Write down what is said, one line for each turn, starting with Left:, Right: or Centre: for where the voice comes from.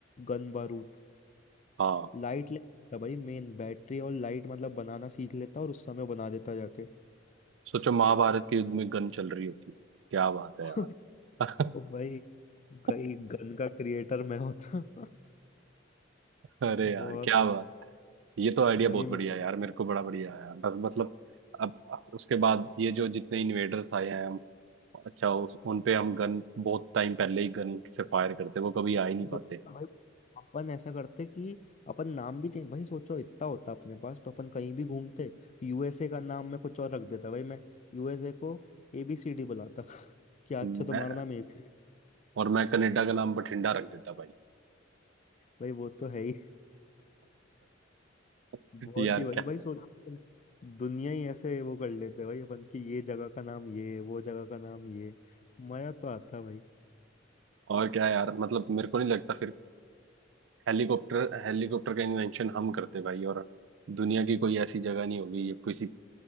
Left: गन बारूद
Right: हाँ
Left: लाइट ले था भाई मेन बैटरी और लाइट मतलब बनाना सीख लेता और उस समय बना देता जाके
Right: सोचो महाभारत के युद्ध में गन चल रही होती क्या बात है
Left: <laughs>
Right: यार
Left: तो भाई गई
Right: <laughs>
Left: गन का क्रिएटर मैं होता <laughs>
Right: अरे
Left: बहुत
Right: यार क्या बात ये तो आइडिया
Left: भाई
Right: बहुत
Left: मैं
Right: बढ़िया है यार मेरे को बड़ा बढ़िया आया बस मतलब अब उसके बाद ये जो जितने इन्वेडर्स आए हैं हम अच्छा उस, उन पे हम गन बहुत टाइम पहले ही गन से फायर करते वो कभी आ
Left: सोचता
Right: ही नहीं पाते
Left: भाई अपन ऐसा करते कि अपन नाम भी चेंज भाई सोचो इतना होता अपने पास तो अपन कहीं भी घूमते यूएसए का नाम मैं कुछ और रख देता भाई मैं यूएसए को एबीसीडी बुलाता <laughs> क्या
Right: मैं
Left: अच्छा तुम्हारा नाम एबीसीडी
Right: और मैं कनाडा का नाम बठिंडा रख देता भाई
Left: भाई वो तो है ही
Right: <laughs>
Left: बहुत
Right: यार
Left: ही भाई
Right: क्या
Left: भाई सोचो कि दुनिया ही ऐसे वो कर लेते हैं भाई अपन की ये जगह का नाम ये वो जगह का नाम ये मजा तो आता है भाई
Right: और क्या यार मतलब मेरे को नहीं लगता फिर हेलीकॉप्टर हेलीकॉप्टर का इन्वेंशन हम करते भाई और दुनिया की कोई ऐसी जगह नहीं होगी ये किसी